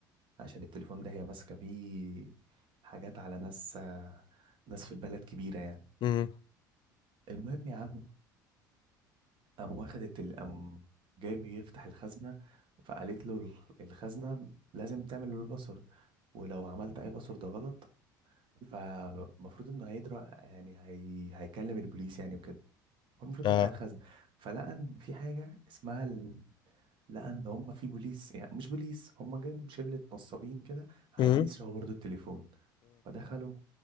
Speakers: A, on the right; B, on the left.
A: عشان التليفون ده هي ماسكة بيه حاجات على ناس ناس في البلد كبيرة يعني
B: امم
A: المهم يا عم قام واخدت ال- قام جايب يفتح الخزنة فقالت له ال- الخزنة لازم تعمل له الباسورد ولو عملت أي باسورد غلط فالمفروض إنه هيدرى يعني هي... هيكلم البوليس يعني وكده هو المفروض
B: اه
A: يفتح الخزنة فلقى إن في حاجة اسمها ال... لقى إن هم في بوليس يعني مش بوليس هم جايين شلة نصابين كده عايزين
B: امم
A: يسرقوا برضه التليفون فدخلوا